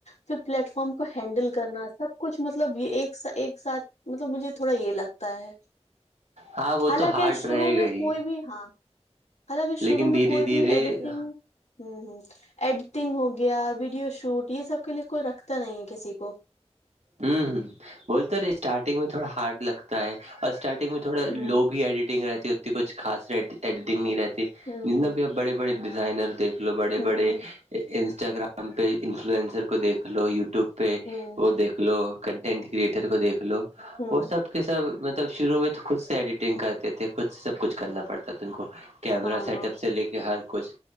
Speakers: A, on the left (about 85°); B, on the right (about 80°).
A: پھر پلیٹ فارم کو ہینڈل کرنا سب کچھ مطلب یہ ایک س ایک ساتھ مطلب مجھے تھوڑا یہ لگتا ہے
B: ہاں وہ
A: حالانکہ
B: تو ہارڈ
A: شروع
B: رہے
A: میں
B: گا ہی
A: کوئی بھی ہاں حالانکہ
B: لیکن
A: شروع میں
B: دھیرے
A: کوئی
B: دھیرے
A: بھی ایڈیٹنگ ہاں ہاں ایڈیٹنگ ہو گیا ویڈیو شوٹ یہ سب کے لیے کوئی رکھتا نہیں ہے کسی کو
B: ہوں بولتے رہے اسٹارٹنگ میں تھوڑا ہارڈ لک ہوتا ہے اور اسٹارٹنگ میں تھوڑا
A: ہوں
B: لو بھی ایڈیٹنگ رہتی ہے اتتی کچھ خاص ایڈیٹنگ نہیں رہتی
A: ہوں
B: جتنا
A: ہوں
B: بھی اب بڑے بڑے ڈیزائنر دیکھ لو بڑے
A: ہوں
B: بڑے انسٹاگرام پہ انفلوئنسر کو دیکھ لو یوٹیوب پہ
A: ہوں
B: وہ دیکھو یک لو کنٹینٹ کریٹر کو دیکھ لو
A: ہوں
B: وہ سب کے سب مطلب شروع میں تو خود سے ایڈیٹنگ کرتے تھے خود سے سب کچھ کرنا پڑتا تھا ان کو کیمرا
A: ہاں
B: سیٹ اپ سے لے کے ہر کچھ